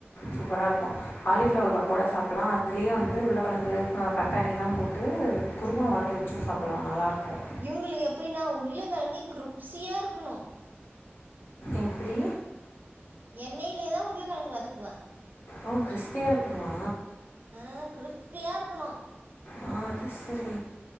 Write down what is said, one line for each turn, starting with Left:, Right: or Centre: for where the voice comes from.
Left: சூப்பரா இருக்கு காலிஃப்ளவர்
Right: ம்
Left: பக்கோடா சாப்டலாம் அதுலயே வந்து உள்ளக்கெழங்கு பட்டாணிலாம் போட்டு குருமா மாதிரி வச்சும்
Right: உம்
Left: சாப்பிட்லாம் நல்லாயிருக்கும்
Right: இவங்களுக்கு எப்படின்னா உருளை கிழங்கே கிருப்சியா இருக்கணும்
Left: எப்படி
Right: எண்ணெய்லே தா உருளைக்கழங்கு வதக்குவே
Left: ஓ கிருப்சியா இருக்குமா
Right: அ கிருப்ஸியா இருக்கணு
Left: ஆ அது சரி